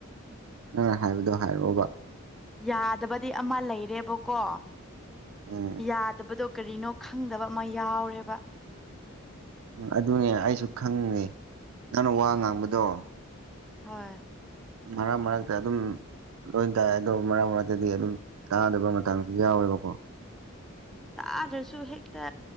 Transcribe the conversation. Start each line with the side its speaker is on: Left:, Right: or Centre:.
Right: ꯪ ꯍꯥꯏꯕꯗꯣ ꯍꯥꯏꯔꯛꯑꯣꯕ
Centre: ꯌꯥꯗꯕꯗꯤ ꯑꯃ ꯂꯩꯔꯦꯕꯀꯣ
Right: ꯎꯝ
Centre: ꯌꯥꯗꯕꯗꯣ ꯀꯔꯤꯅꯣ ꯈꯪꯗꯕ ꯑꯃ ꯌꯥꯎꯔꯦꯕ
Right: ꯎꯝ ꯑꯗꯨꯅꯦ ꯑꯩꯁꯨ ꯈꯪꯅꯤ ꯅꯪꯅ ꯋꯥ ꯉꯥꯡꯕꯗꯣ
Centre: ꯍꯣꯏ
Right: ꯃꯔꯛ ꯃꯔꯛꯇ ꯑꯗꯨꯝ ꯂꯣꯏ ꯇꯥꯏ ꯑꯗꯣ ꯃꯔꯛ ꯃꯔꯛꯇꯗꯤ ꯑꯗꯨꯝ ꯇꯥꯗꯕ ꯃꯇꯥꯡꯁꯨ ꯌꯥꯎꯋꯦꯕꯀꯣ
Centre: ꯇꯥꯗ꯭ꯔꯁꯨ ꯍꯦꯛꯇ